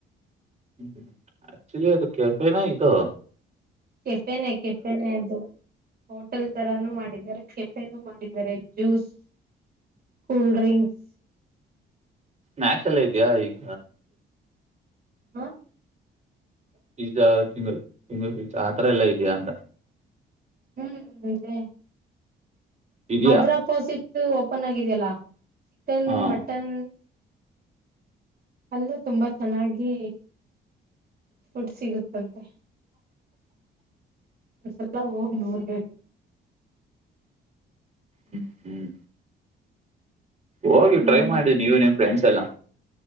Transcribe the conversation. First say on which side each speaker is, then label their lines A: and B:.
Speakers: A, on the right; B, on the right.
A: ಹ್ಮ ಆಕ್ಚುದು ಕ್ಯಾಫೆ ನ ಇದೋ.
B: ಕೆಫೆನೆ ಕೆಫೆನೆ ಅದು ಹೋಟೆಲ್ ತರಾನು ಮಾಡಿದ್ದಾರೆ ಕೆಫೆ. ಕೆಫೆನು ಮಾಡಿದ್ದಾರೆ ಜ್ಯೂಸ್ ಕೂಲ್ಡ್ರಿಂಕ್ಸ್.
A: ನಾಕೆಲ್ಲ ಇದ್ಯಾ ಈಗ.
B: ಹಾ
A: ಪಿಜಾ ತಿಂಗ ತಿಂಗು ಪಿಜ್ಜಾ ಆತರ ಎಲ್ಲಾ ಇದಯಾ ಅಂತ.
B: ಹ್ಮ್ ಇದೇ
A: ಇದೆಯಾ
B: ಅದ್ರ ಅಪೋಸಿಟ್ ಓಪನ್ ಆಗಿದೆಯಲ್ಲಾ ಚಿಕನ್
A: ಹಾಂ
B: ಮಟನ್. ಅಲ್ಲೂ ತುಂಬಾ ಚೆನ್ನಾಗಿ ಫುಡ್ ಸಿಗುತ್ತಂತೆ. ಒಂದ್ಸಲ್ಲ ಹೋಗಿ ನೋಡ್ಬೇಕು.
A: ಹ್ಮ್ ಹ್ಮ್ ಹೋಗಿ
B: ಹ್ಮ್
A: ಟ್ರೈ ಮಾಡಿದ ನೀವು ನಿಮ್ ಫ್ರೆಂಡ್ಸ್ ಎಲ್ಲಾ